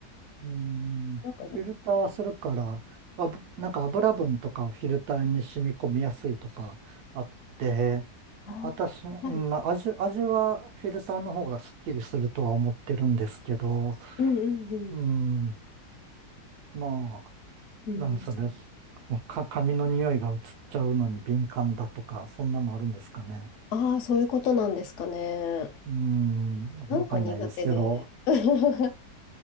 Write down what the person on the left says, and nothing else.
なんか、
あ、
はい。
うんうんうん。
うん
ああ、そういうことなんですかね。
なんか苦手で。<laughs>